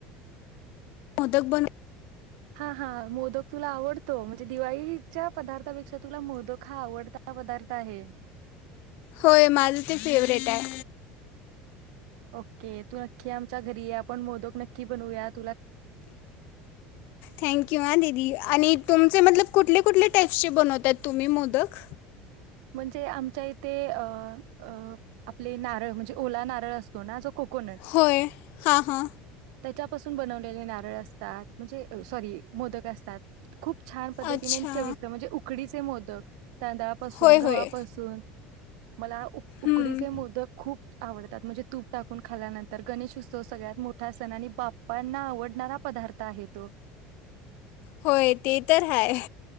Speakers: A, on the left; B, on the right.
A: मोदक बन
B: हा हा मोदक तुला आवडतो म्हणजे दिवाळीच्या पदार्थापेक्षा तुला मोदक हा आवडता पदार्थ आहे.
A: होय माझ ते फेवरेट आहे.
B: ओके. तू नक्की आमच्या घरी आहे आपण मोदक नक्की की बनूयात.
A: थँंक यू ह दिदी आणि तुमचे मतलब कुठले कुठले टाईप्स चे बनवतात तुम्ही मोदक?
B: म्हणजे आमच्या इते अ.. अ.. आपले नारळ म्हणजे ओला नारळ असतो ना जो कोकोनट
A: होय. हा. हा.
B: त्याच्यापासून बनवलेले नारळ असतात. म्हणजे सॉरी मोदक असतात. खूप छान पद्धतीने
A: अच्छा
B: चविस्तं म्हणजे उकडीच ते मोदक तांदळापा ून
A: होय
B: घवापासून
A: होय
B: मला उक.. उकडीचे
A: हम्म.
B: मोदक खूप आवडत म्हणजे तूप टाकून खाल्यानंतर गणेश उत्सव सगळ्यात मोठा सण आणि बाप्पांना आवडणारा पदार्थ आहे तो.
A: होय, ते तर हाय.